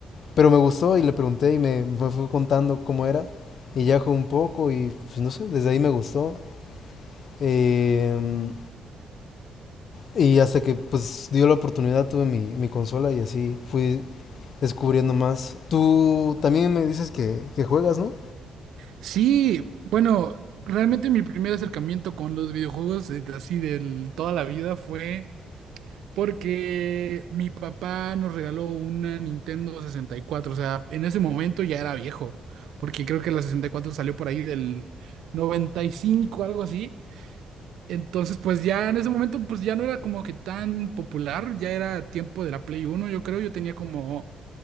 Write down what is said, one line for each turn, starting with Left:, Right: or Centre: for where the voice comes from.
Left: Pero me gustó y le pregunté y me, me fue contando cómo era. Y ya jugué un poco y pues no sé, desde ahí me gustó. Eh, y hasta que pues dio la oportunidad tuve mi, mi consola y así fui descubriendo más. Tú también me dices que, que juegas, ¿no?
Right: Sí, bueno, realmente mi primer acercamiento con los videojuegos, eh, así de toda la vida, fue Porque mi papá nos regaló una Nintendo 64, o sea, en ese momento ya era viejo, porque creo que la 64 salió por ahí del 95, algo así. Entonces, pues ya en ese momento, pues ya no era como que tan popular, ya era tiempo de la Play Uno. yo creo, yo tenía como